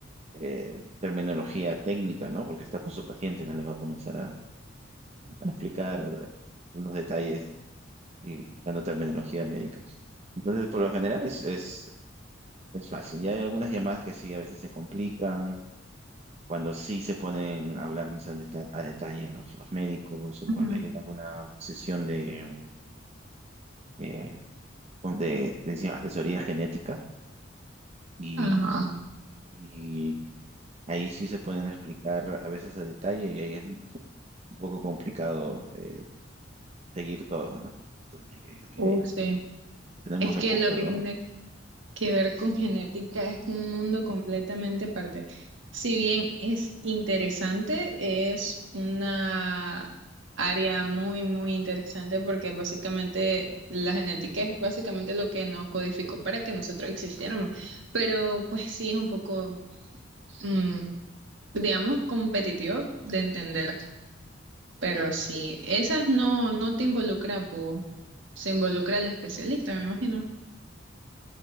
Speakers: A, on the right; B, on the right.
A: eh, terminología técnica, ¿no? Porque está con su paciente, no le va a comenzar a, a explicar los detalles y dando terminología médica. Entonces, por lo general es, es, es fácil. Ya hay algunas llamadas que sí, a veces se complican, cuando sí se ponen a hablar más a deta- a detalle los, los médicos o
B: Ujú.
A: cuando hay alguna sesión de, eh, con- de, de decir, asesoría genética y,
B: Ajá.
A: y ahí sí se pueden explicar a veces a detalle y ahí es un poco complicado. eh, seguir todo, ¿no? Entonces, hay que- aquí
B: Uf,
A: hay-
B: sí.
A: tenemos
B: Es
A: recursos,
B: que lo que
A: ¿no?
B: tiene que ver con genética es un mundo completamente aparte. Si bien es interesante, es una área muy, muy interesante porque básicamente la genética es básicamente lo que nos codificó para que nosotros existiéramos. Pero pues sí es un poco, mm, digamos, competitivo de entender. Pero sí, esas no, no te involucra, pues, se involucra el especialista, me imagino.